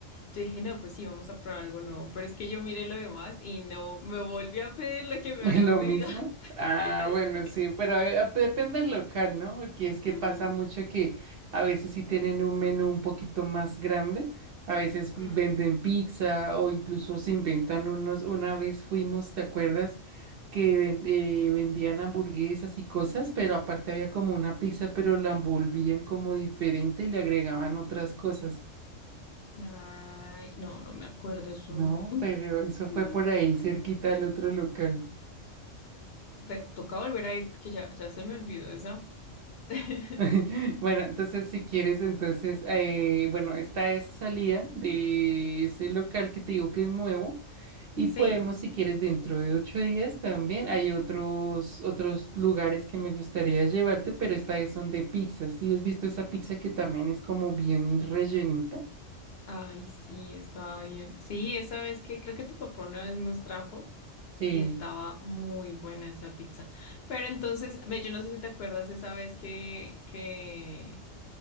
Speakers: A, on the left; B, on the right.
A: Yo dije, no, pues sí, vamos a probar algo nuevo. Pero es que yo miré lo demás y no, me volví a pedir lo que
B: <laughs>
A: me
B: Lo
A: había pedido
B: mismo.
A: <laughs> antes.
B: Ah, bueno, sí, pero eh, ah, pues, depende del local, ¿no? Porque es que
A: Mm,
B: pasa mucho que a veces sí tienen un menú un poquito más grande, a veces venden
A: mm.
B: pizza o incluso se inventan unos. Una vez fuimos, ¿te acuerdas? Que ven- eh, vendían hamburguesas y cosas, pero aparte había como una pizza, pero la envolvían como diferente y le agregaban otras cosas.
A: Ay, no, no me acuerdo eso
B: No,
A: dónde fue.
B: pero eso fue
A: No,
B: por ahí
A: con-
B: cerquita del otro local.
A: <laughs> Ve- Toca volver a ir porque ya, ya se me olvidó esa. <laughs>
B: <laughs> Bueno, entonces si quieres, entonces, eh, bueno, está esa salida de ese local que te digo que es nuevo y
A: Sí,
B: podemos, si quieres, dentro de ocho días también. Hay otros, otros lugares que me gustaría llevarte, pero esta vez son de pizzas. ¿Sí has visto esa pizza que también es como bien rellenita?
A: ay, sí, estaba bien. Sí, esa vez que creo que tu papá una vez nos trajo
B: Sí.
A: y estaba muy buena esa pizza. Pero entonces, ve, yo no sé si te acuerdas esa vez que, que